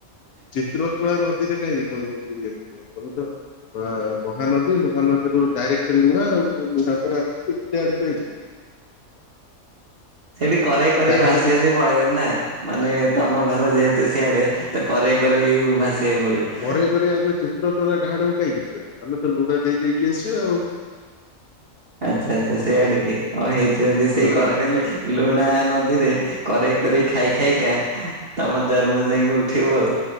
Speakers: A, on the left; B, on the right.
A: ଚିତ୍ରକଳା ନଦୀରେ କାହିଁକି ତମ ବୁଡିଆକୁ ଯିବ ତମେ ତ ମହାନଦୀ, ମହାନଦୀରୁ ଡାଇରେକ୍ଟ ଲୁଣା ଆଉ ଲୁହା ପରେ ଆମ ଆଡକୁ <inaudible>
B: ସେଠି କରେଇ କରେଇ
A: ଡାହାଣକୁ
B: ଭାସି ଭାସି ପଳେଇବୁ ନା ମାନେ ତମ ଘର ଯେହେତୁ ସିଆଡେ। ତ କରେଇ କରେଇ ଭାସିବାକୁ ପଡ଼ିବ।
A: ଘରେ ଆମେ ଚିତ୍ର ତୋଳା ଡାହାଣକୁ କାହିଁକି ଯିବା ଆମେ ତ ଲୁଣା ଦେଇ ଦେଇକି ଆସିବା ଆଉ।
B: ଆଚ୍ଛା, ଆଚ୍ଛା ସେଇ ଆଡେ କି ହଁ ହେଇଥିବ ଯଦି
A: ହଁ
B: ସେଇ କର କହିଲେ ଲୁଣା ନଦୀରେ କରେଇ କରେଇ ଖାଇ ଖାଇକା ତମ ଦ୍ୱାର ମୁହଁରେ ଯାଇକି ଉଠିବୁ।